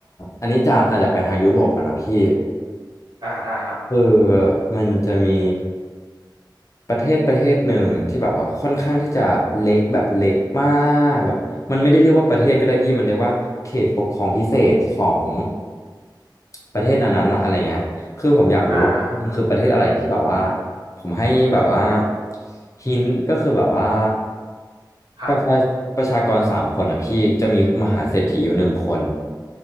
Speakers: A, on the left; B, on the right.
A: อันนี้จะอาจจะไปทางยุโรปแล้วนะพี่
B: อ่าได้ครับ
A: คือมันจะมีประเทศประเทศหนึ่งที่แบบว่าค่อนข้างที่จะเล็กแบบเล็กมากแบบมันไม่ได้เรียกว่าประเทศก็ได้พี่มันเรียกว่าเขตปกครองพิเศษของประเทศนั้นๆนะอะไรเงี้ยคือผมอยากรู้ว่ามันคือประเทศอะไรที่แบบว่า
B: อ่าอ่า
A: ผมให้แบบว่าหินก็คือแบบว่า
B: ครับ
A: ประชาประชากรสามคนอ่ะพี่จะมีมหาเศรษฐีอยู่หนึ่งคน